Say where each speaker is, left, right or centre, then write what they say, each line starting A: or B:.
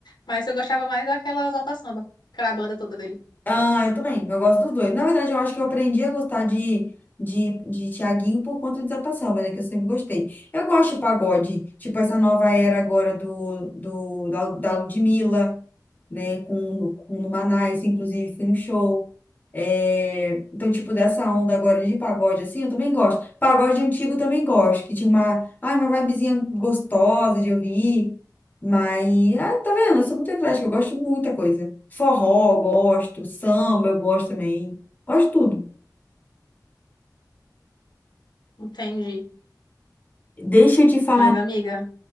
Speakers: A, on the left; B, on the left.
A: mas eu gostava mais daquela Exalta Samba, aquela banda toda dele.
B: Ah, eu também. Eu gosto dos dois. Na verdade, eu acho que eu aprendi a gostar de, de, de Thiaguinho por conta de Exaltação, mas é que eu sempre gostei. Eu gosto de pagode, tipo essa nova era agora do, do, da, da Ludmilla né? Com, com o Manais, inclusive, fui no show. É, então, tipo, dessa onda agora de pagode, assim, eu também gosto. Pagode antigo eu também gosto, que tinha uma, ai, uma vibezinha gostosa de ouvir. Mas, ah, tá vendo? Eu sou muito eclética, eu gosto de muita coisa. Forró, eu gosto. Samba, eu gosto também. Gosto de tudo.
A: Entendi.
B: Deixa eu te falar.
A: Mas, amiga.